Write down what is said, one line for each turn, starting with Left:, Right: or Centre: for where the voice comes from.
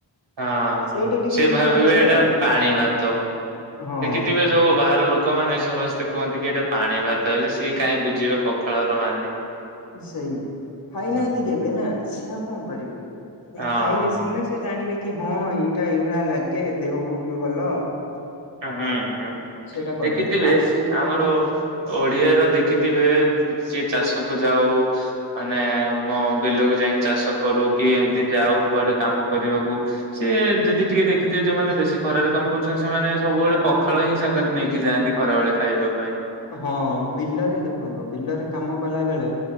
Right: ହଁ
Left: ସେଇଟା ଟିକେ
Right: ସେ
Left: ଏଇଠି
Right: ଭାବିବେ
Left: ଅଛି
Right: ଏଇଟା
Left: ଆଉ।
Right: ପାଣି ଭାତ।
Left: ହଁ।
Right: ଦେଖିଥିବେ ସବୁ ବାହାର ଲୋକ ଲୋକମାନୋନ ସମସ୍ତେ କୁହନ୍ତି କି ଏଇଟା ପାଣି ଭାତ ହେଲେ ସିଏ କାଇଁ
Left: ହଁ।
Right: ବୁଝିବେ ପଖାଳର ମାନେ।
Left: ସେଇ ଖାଇନାହାନ୍ତି
Right: ହୁଁ
Left: କେବେ ନା ସିଏ ଆଉ କଣ କରିବେ? ମୁଁ କହିଲି
Right: ହଁ
Left: ଖାଇଲେ ସିନା ସେ ଜାଣିବେ କି ହଁ ଏଇଟା ଏଇ ଭଳିଆ ଲାଗେ ଦେହକୁ ବି ଭଲ।
Right: ହୁଁ ହୁଁ
Left: ସେଇଟା କରିବେ
Right: ଦେଖିଥିବେ,
Left: ଆଉ ସିଏ ତ
Right: ଆମର
Left: କେବେ
Right: ଓଡିଆର ଦେଖିଥିବ ସିଏ ଚାଷ କୁ ଯାଉ ମାନେ ମୋ ବିଲକୁ ଯାଇଁକି ଚାଷ କରୁ କି ଏମତି ଯାଉ କୁଆଡେ କାମ କାମ କରିବାକୁ ସିଏ ଯଦି ଟିକେ ଦେଖିଥିବେ, ଯୋଉମାନେ ବେଶୀ ଖରାରେ କାମ କରୁଛନ୍ତି ସେମାନେ ସବୁବେଳେ ପଖାଳ ହିଁ ସାଙ୍ଗରେ ନେଇକି ଯାଆନ୍ତି ଖରାବେଳେ ଖାଇବାକୁ।
Left: ହଁ ବିଲରେ ଦେଖନ୍ତୁ, ବିଲରେ କାମ କଲା ବେଳେ